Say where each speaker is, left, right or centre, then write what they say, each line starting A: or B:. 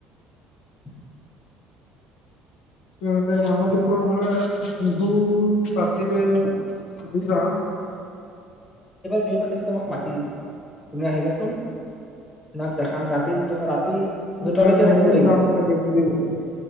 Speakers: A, on the left (about 20°); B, on the left (about 80°).
A: <inaudible>
B: তেতিয়াহলে আমালোকৰ ফালে বিহু পাতিলে দুটা।
A: বি পাতিল তোমাক মাতি তুমি আহিবাচোন
B: উম,
A: <unintelligible> ক দেখাম ৰাতি ৰাতি
B: এইবাৰ
A: দুটালৈকে
B: ময়ো
A: থাকিব লাগিব
B: যাম চাগে ফুৰিবলৈ